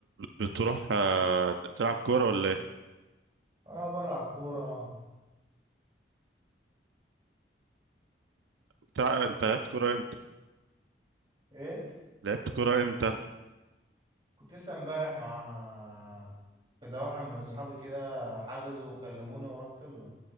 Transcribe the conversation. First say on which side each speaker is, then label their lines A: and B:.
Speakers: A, on the right; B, on the right.
A: بتروح آه، تلعب كوره ولا ايه
B: اه بلعب كورة
A: بتاع... انت لعبت كوره امتى
B: ايه
A: لعبت كوره امتى
B: كنت لسه امبارح مع كذا واحد من اصحابي كده حجزوا وكلموني ورحت له